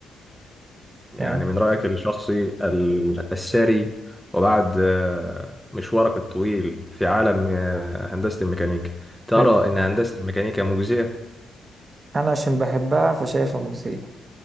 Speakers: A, in the centre; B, on the right (about 30°).
A: يعني
B: فاهم
A: من رأيك الشخصي ال- الساري وبعد آه، مشوارك الطويل في عالم آه، هندسة الميكانيكا ترى
B: حلو
A: إن هندسة الميكانيكا مجزية؟
B: أنا عشان بحبها فشايفها مجزية